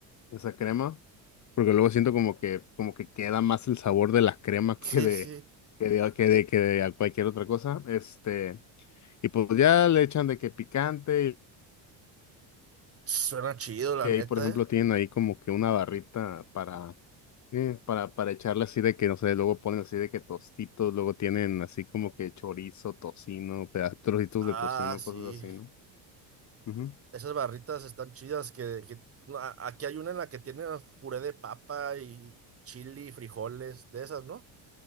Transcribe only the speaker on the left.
esa crema, porque luego siento como que, como que queda más el sabor de la crema que
de,
que de, que de, que de a cualquier otra cosa. Este, y pues ya le echan de que picante,
y
ahí, por ejemplo,
tienen ahí como que una barrita para Eh, para, para echarle así de que, no sé, luego ponen así de que tostitos, luego tienen así como que chorizo, tocino, peda- trocitos
de tocino,
cosas así, ¿no? Ujú.